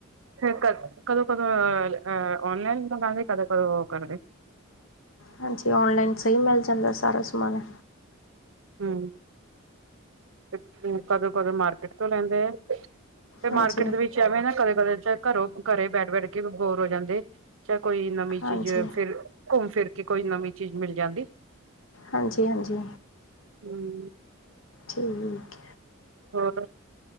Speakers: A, on the right; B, on the left.
A: ਫਿਰ ਕ ਕਦੋਂ-ਕਦੋਂ ਔਨਲਾਈਨ ਮੰਗਾਉਂਦੇ ਕਦੋਂ-ਕਦੋਂ ਉਹ ਕਰਦੇ।
B: ਹਾਂਜੀ ਔਨਲਾਈਨ ਸਹੀ ਮਿਲ ਜਾਂਦਾ ਸਾਰਾ ਸਮਾਨ।
A: ਹਮ ਤੇ ਕਦੋਂ-ਕਦੋਂ ਮਾਰਕੀਟ ਤੋਂ ਲੈਂਦੇ ਆ। ਤੇ
B: ਹਾਂਜੀ
A: ਮਾਰਕੀਟ ਦੇ ਵਿੱਚ ਆਵੇਂ ਨਾ ਕਦੇ-ਕਦੇ ਚ ਘਰੋਂ ਘਰੇ ਬੈਠ ਬੈਠ ਕੇ ਬੋਰ ਹੋ ਜਾਂਦੇ ਚਾਹ ਕੋਈ ਨਵੀਂ
B: ਹਾਂਜੀ,
A: ਚੀਜ਼ ਫਿਰ ਘੁੰਮ ਫਿਰ ਕਿ ਕੋਈ ਨਵੀਂ ਚੀਜ਼ ਮਿਲ ਜਾਂਦੀ
B: ਹਾਂਜੀ ਹਾਂਜੀ
A: ਹੂੰ
B: ਠੀਕ
A: ਹੋਰ